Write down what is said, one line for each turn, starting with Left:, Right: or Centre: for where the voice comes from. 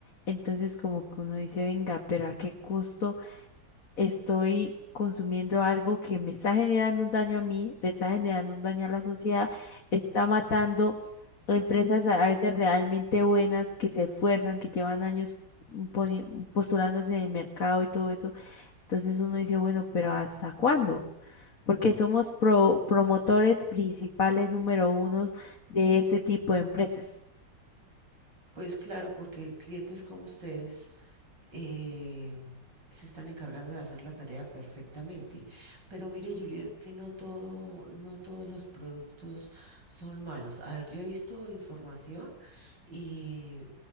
Left: Entonces como que uno dice, venga, pero ¿a qué costo? estoy consumiendo algo que me está generando un daño a mí, le está generando un daño a la sociedad, está matando empresas a a veces realmente buenas que se esfuerzan, que llevan años poni- postulándose en el mercado y todo eso. Entonces uno dice, bueno, pero ¿hasta cuándo? Porque somos pro- promotores principales número uno de este tipo de empresas.
Right: Pues claro, porque clientes como ustedes eh, se están encargando de hacer la tarea perfectamente. Pero mire, Juliet, que no todo, no todos los productos son malos. A ver, yo he visto información y